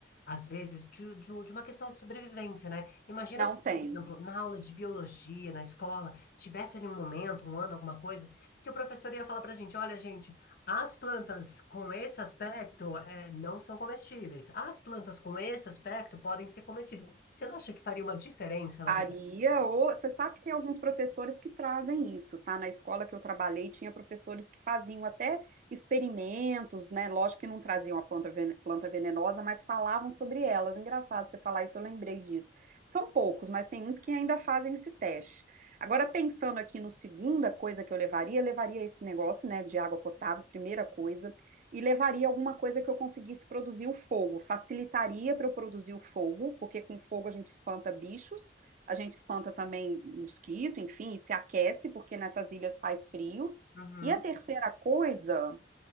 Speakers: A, on the left; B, on the right.
A: às vezes, de, de, de uma questão de sobrevivência, né? Imagina
B: Não
A: se, por
B: tem.
A: exemplo, na aula de biologia, na escola, tivesse ali um momento, um ano, alguma coisa, que o professor ia falar pra gente, olha, gente, as plantas com esse aspecto eh, não são comestíveis. As plantas com esse aspecto podem ser comestíveis. Você não acha que faria uma diferença, na
B: Faria,
A: verdade?
B: ou você sabe que tem alguns professores que trazem isso, tá? Na escola que eu trabalhei, tinha professores que faziam até experimentos, né? Lógico que não traziam a planta vene- planta venenosa, mas falavam sobre elas. Engraçado você falar isso, eu lembrei disso. São poucos, mas tem uns que ainda fazem esse teste. Agora, pensando aqui no segunda coisa que eu levaria, eu levaria esse negócio, né, de água potável, primeira coisa, e levaria alguma coisa que eu conseguisse produzir o fogo. Facilitaria para eu produzir o fogo, porque com fogo a gente espanta bichos. A gente espanta também mosquito, enfim, e se aquece, porque nessas ilhas faz frio.
A: Uhum.
B: E a terceira coisa